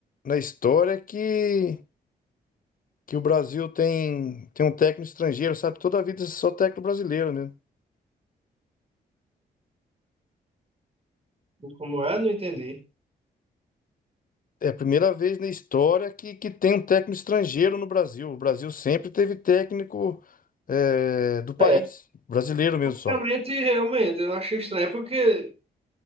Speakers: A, on the left; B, on the right.
A: na história que que o Brasil tem, tem um técnico estrangeiro, sabe? Toda a vida só técnico brasileiro, né?
B: Como é? Não entendi.
A: É a primeira vez na história que, que tem um técnico estrangeiro no Brasil. O Brasil sempre teve técnico é, do país,
B: É,
A: brasileiro mesmo só.
B: Realmente, realmente, eu achei estranho, porque, não